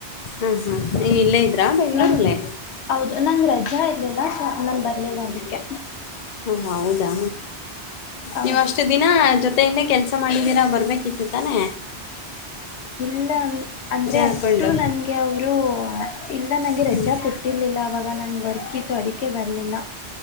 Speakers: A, on the left; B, on the left.
A: ಹಾ ಹಾ ಇವ್ ಇಲ್ಲೇ ಇದ್ರಾ ಬೆಂಗಳೂರಲ್ಲೇ
B: ನಂಗ ಹೌದು ನಂಗ ರಜಾ ಇರ್ಲಿಲ್ಲ ಸ ನನ್ ಬರ್ಲಿಲ್ಲ ಅದಕ್ಕೆ.
A: ಹಾ ಹೌದಾ
B: ಹೌದು
A: ನೀವ್ ಅಷ್ಟು ದಿನ ಜೊತೆಯಿಂದ ಕೆಲ್ಸ ಮಾಡಿದೀರಾ ಬರ್ಬೇಕಿತ್ತು ತಾನೆ.
B: ಇಲ್ಲ ಅ ಅಂದ್ರೆ
A: ಹಾಕ್ಕೊಂಡು
B: ಅಷ್ಟು ನನ್ಗೆ ಅವರು ಇಲ್ಲ ನಂಗೆ
A: ಹ್ಞೂ
B: ರಜಾ ಕೊಟ್ಟರ್ಲಿ ಇಲ್ಲ ಅವಾಗ ನಂಗ ವರ್ಕ್ ಇತ್ತು ಅದಕ್ಕೆೇ ಬರ್ಲಿಲ್ಲ